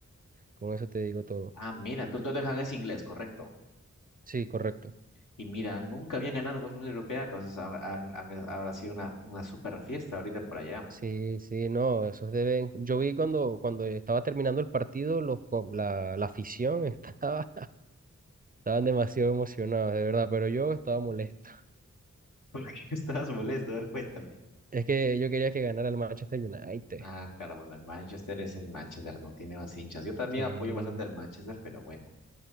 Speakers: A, on the right; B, on the left.
A: Con eso te digo todo.
B: Ah, mira, tú el Tottenham es inglés, correcto.
A: Sí, correcto.
B: Y mira, nunca habían ganado con una Europea, entonces ha- han- han- habrá sido una, una super fiesta ahorita por allá.
A: Sí, sí, no, esos deben. Yo vi cuando, cuando estaba terminando el partido, los, co- la, la afición <laughs> estaba Estaban demasiado emocionados, de verdad, pero yo estaba molesto.
B: <laughs> ¿Por qué estabas molesto? A ver, cuéntame.
A: Es que yo quería que ganara el Manchester United.
B: Ah, claro, bueno, el Manchester es el Manchester, no tiene más hinchas. Yo también
A: Sí,
B: apoyo bastante al Manchester, pero bueno.